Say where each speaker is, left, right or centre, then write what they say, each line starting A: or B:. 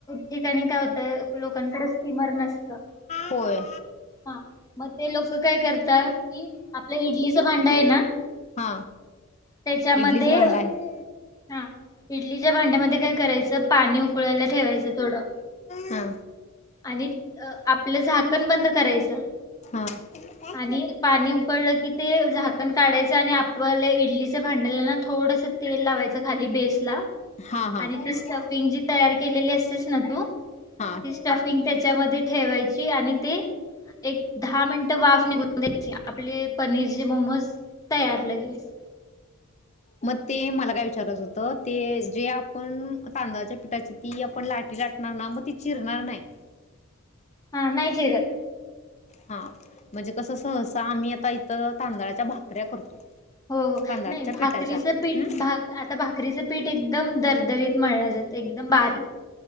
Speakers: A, on the left (about 15°); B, on the left (about 30°).
A: ठिकाणी काय होत लोकांकडे सिमर नसत
B: होय.
A: ह म ते लोक काय करतात की आपलं इडलीचं भांडा ना
B: हा
A: त्याच्यामध्ये
B: इडलीच भांडा आहे
A: हा इडलीच्या भांड्यामध्ये काय करायचं पाणी उकळायला ठेवायचं थोडं
B: हा
A: आणि आपलं झाकण बंद करायचं
B: हा.
A: आणि पाणी उकळलं की ते झाक पण काढायच आणि आपल्या इडलीचं भांडला ना थोडस तेल लावायचं खाली बेस ला
B: हा
A: आणि
B: हा.
A: ती स्टफिंग जी तयार केलेली असतेस ना तू ती
B: हा
A: स्टफिंग त्याच्यामध्ये ठेवायची आणि ते एक दहा मिनट वाफ निघून द्यायची आपले पनीर जे मोमोज तयार लगेच
B: मग ते मला काय विचारायचं होतं ते जे आपण तांदळाच्या पिठाची ती आपण लाट लाटणार ना मग ती चिरणार नाही
A: हा नैचरयर
B: हा म्हणजे कस सहसा आम्ही आता इथ तांदळाच्या भाकऱ्या करतो
A: हो हो
B: तांदळाच्या
A: नाही भाकरीचं
B: पिठाच्या
A: पीठ
B: हम्म
A: आता भाकरीचं पीठ एकदम दरदरीत म्हणलं जात एकदम बारीक